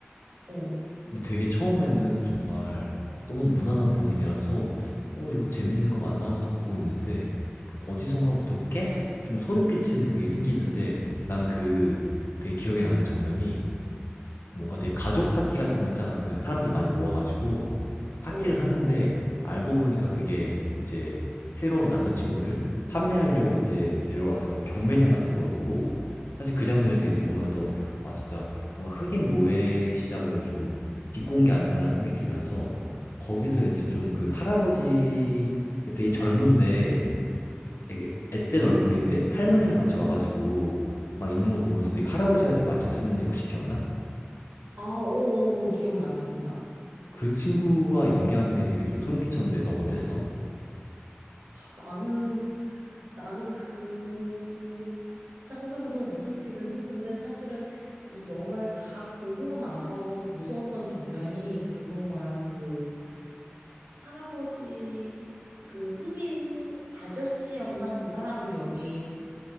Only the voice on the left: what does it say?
근데 되게 처음에는 정말 너무 무난한 분위기라서 어 이거 재밌는 거 맞나 하면서 보고 있는데 어디선가부터 계속 좀 소름 끼치는 그게 생기는데 난 그 되게 기억에 남는 장면이 뭔가 되게 가족 파티 같은 거 있잖아. 그 사람들 많이 모아가지고 파티를
하는데 알고 보니까 그게 이제 새로운 남자친구를 판매하려고 이제 데려왔던 그 경매장 같은 거였고 사실 그 장면에서 이제 보면서 아 진짜 뭔가 흑인 노예 시장을 좀 비꼰 게 아닌가라는 생각이 들면서 거기서 이제 좀 그 할아버지 되게 젊은데 되게 앳된 얼굴인데 할머니랑 같이 와가지고 막 있는 거 보면서 되게 할아버지 같은 말투 쓰는 애 혹시 기억나?
그 친구와 연기하는 게 되게 좀 소름 끼쳤는데 너 어땠어?